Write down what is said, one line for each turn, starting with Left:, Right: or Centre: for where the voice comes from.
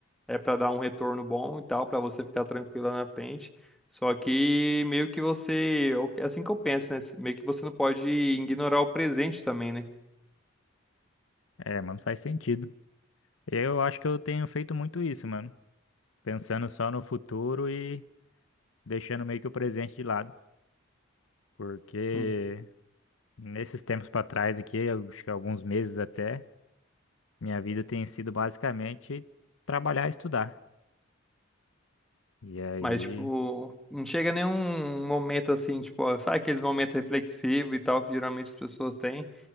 Centre: é para dar um retorno bom e tal, para você ficar tranquila na frente. Só que meio que você, é assim que eu penso, né? Meio que você não pode ignorar o presente também, né?
Left: É, mano, faz sentido. Eu acho que eu tenho feito muito isso, mano. Pensando só no futuro e deixando meio que o presente de lado. Porque
Centre: Hum.
Left: nesses tempos pra trás aqui, eu acho que alguns meses até. Minha vida tem sido basicamente trabalhar e estudar. E aí,
Centre: Mas, tipo, não chega nenhum momento assim, tipo, ó, sabe aqueles momentos reflexivos e tal que geralmente as pessoas têm,